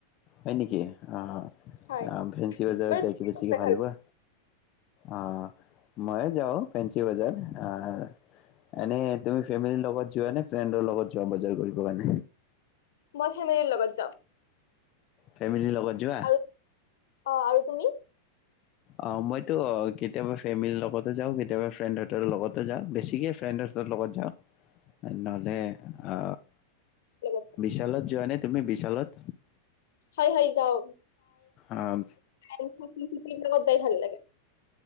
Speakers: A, on the left; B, on the left.
A: হয় নেকি অ। আহ
B: হয়
A: ফ্ৰেন্সি বজাৰত
B: বাৰু
A: যাইকে
B: তুমি
A: বেছিকে
B: ক'ত যাই
A: ভাল পোৱা। অ ময়ে যাও ফেঞ্চি বজাৰ। আহ এনে তুমি ফেমিলিৰ লগত যোৱা নে ফ্ৰেণ্ডৰ লগত যোৱা বজাৰ কৰিব কাৰণে?
B: মই ফেমিলিৰ লগত যাওঁ
A: ফেমিলিৰ লগত যোৱা?
B: আৰু অ আৰু তুমি?
A: অ মইতো কেতিয়াবা ফেমিলিৰ লগতো যাওঁ, কেতিয়াবা ফ্ৰেণ্ড হতৰ লগতো যাওঁ বেছিকে ফ্ৰেণ্ডতৰ লগত যাওঁ। নহ'লে অ
B: লগত
A: বিশালত যোৱা নে? তুমি বিশালত
B: হয় হয় যাও
A: আহ
B: লগ লগত যাই ভাল লাগে